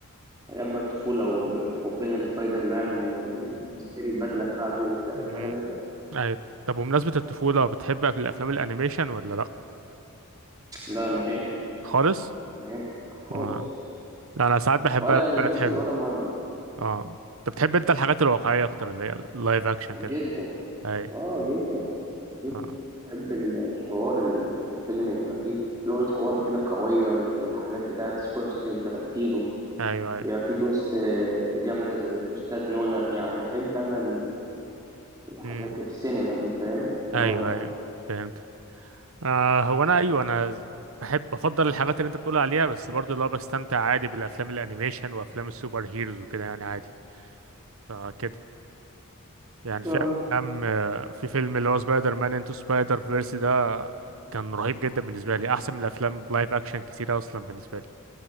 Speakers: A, on the right; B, on the right.
A: ايام بقى الطفوله وحبنا لسبايدر مان ونشتري البدله بتاعته وبتاع
B: مم.
A: فاهم انت
B: اي طب وبمناسبة الطفولة بتحب أف- الافلام الانيميشن ولا لا
A: لا نهائي
B: خالص
A: نهائي خالص
B: آه. لا انا ساعات بحبها
A: ولا
B: لما
A: انيميشن
B: كانت حلوه
A: ولا مارفل
B: اه انت بتحب انت الحاجات الواقعية اكتر اللي هي اللايف اكشن
A: جدا
B: كده اي
A: اه جدا جدا
B: اه
A: بحب ال- الحوار اللي يبقى في الفيلم يبقى فيه لغة حوار كده قوية زي حاجات بتاعة سكورسي وتارانتينو
B: ايوه اي
A: يبقى فيه تويست آه، جامدة زي تويستات نولان يعني أحب أنا ال- الحاجات
B: امم
A: في السينما دي فاهم النوع
B: ايوه
A: ده
B: ايوه فهمت آه هو انا ايوه انا ز- بحب بفضل الحاجات اللي انت بتقول عليها بس برضه اللي هو بستمتع عادي بالافلام الانيميشن وافلام السوبر هيروز وكده يعني عادي فكده يعني في
A: اه
B: افلام آه، في فيلم اللي هو سبايدر مان انتو سبايدر فيرس ده كان رهيب جدا بالنسبه لي احسن من الافلام لايف اكشن كتير اصلا بالنسبه لي